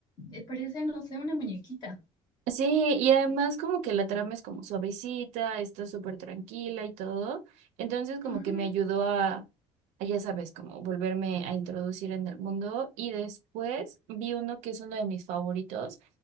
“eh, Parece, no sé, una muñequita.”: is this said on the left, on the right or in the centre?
Left